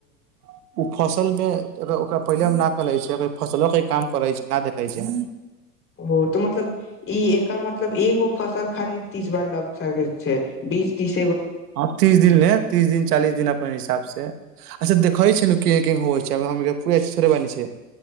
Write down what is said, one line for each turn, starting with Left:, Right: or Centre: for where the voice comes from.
Right: <inaudible> ओ फसलमे ओकरा पहिले हम न कहै छियै फसलोके काम करै छै नहि देखै छै
Left: ओ तऽ मतलब ई एकर मतलब एगो फसल खाली तीस बार लग सकय छै बीस तीस
Right: ह तीस दिन ले तीस दिन चालीस दिन अपन हिसाब से अच्छा देखै छ ने के के होइ छै हमनी के पूरा चीज थोड़े बानी छै